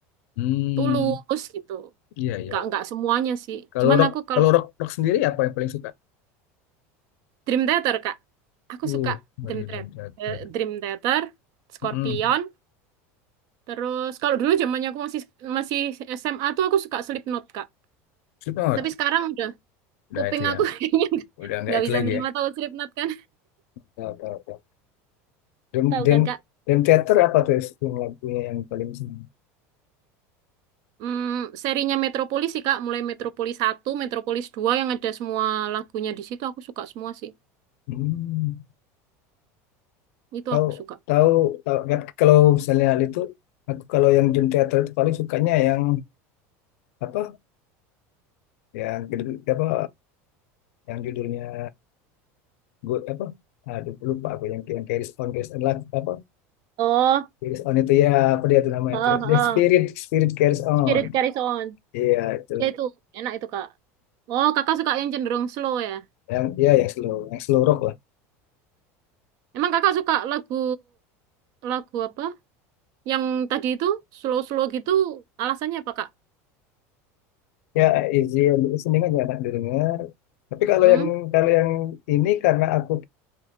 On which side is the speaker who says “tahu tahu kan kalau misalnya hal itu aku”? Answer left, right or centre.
Left